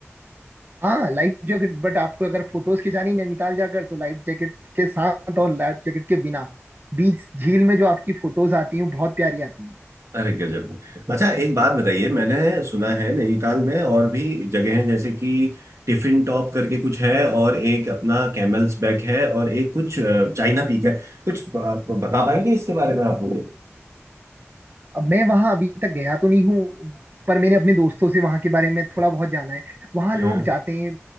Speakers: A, on the right; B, on the right.
A: हाँ लाइफ जैकेट बट आपको अगर फोटोज खिंचानी नैनीताल जाकर तो लाइफ जैकेट के साथ और लाइफ जैकेट के बिना बीच झील में जो आपकी फोटोज आती हैं वो बहुत प्यारी आती हैं
B: अरे गजब अच्छा एक बात बताइए मैंने सुना है नैनीताल में और भी जगह हैं जैसे कि टिफिन टॉप करके कुछ है और एक अपना कैमल्स बैक है और एक कुछ अ, चाइना पीक है कुछ आप बता पाएंगे इसके बारे में आप मुझे
A: अब मैं वहां अभी तक गया तो नहीं हूँ पर मैंने अपने दोस्तों से वहां के बारे में थोड़ा बहुत जाना है वहां लोग
B: हाँ
A: जाते हैं